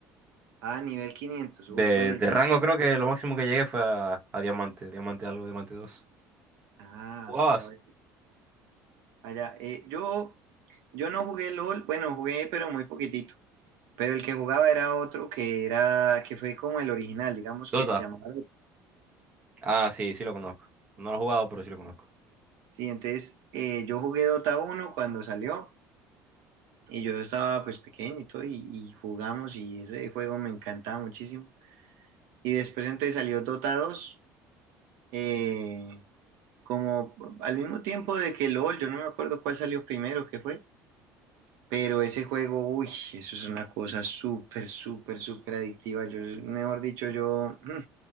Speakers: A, on the right; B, on the right.
A: ah, nivel 500.
B: De,
A: Uy, bueno,
B: de
A: yo
B: rango
A: no sé.
B: creo que lo máximo que llegué fue a, a diamante, diamante algo, diamante 2.
A: Ah,
B: ¿Jugabas?
A: ya veo. Allá, eh, yo, yo no jugué LOL, bueno, jugué, pero muy poquitito. Pero el que jugaba era otro que era, que fue como el original, digamos
B: Dota.
A: que se llamaba
B: Ah, sí, sí lo conozco. No lo he jugado, pero sí lo conozco.
A: Sí, entonces eh, yo jugué Dota uno cuando salió y yo estaba pues pequeño y todo y, y jugamos y ese juego me encantaba muchísimo. Y después entonces salió Dota dos eh, como al mismo tiempo de que LOL, yo no me acuerdo cuál salió primero, qué fue, pero ese juego, uy, eso es una cosa súper, súper, súper adictiva. Yo, mejor dicho, yo, mm,